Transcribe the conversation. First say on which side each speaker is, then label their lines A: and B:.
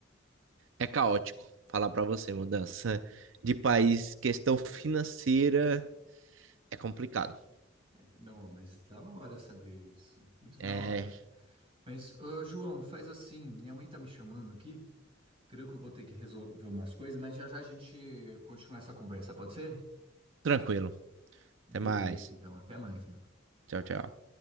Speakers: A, on the right (about 80°); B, on the right (about 30°).
A: é caótico. Falar para você, mudança de país, questão financeira é complicado.
B: É Não, mas da hora saber isso. Muito
A: É
B: da hora. Mas, ô, João, faz assim. Minha mãe tá me chamando aqui. Creio que eu vou ter que resolver umas coisas, mas já já a gente continua essa conversa, pode ser?
A: tranquilo.
B: Beleza,
A: Até mais.
B: então. Até mais, mano.
A: Tchau, tchau.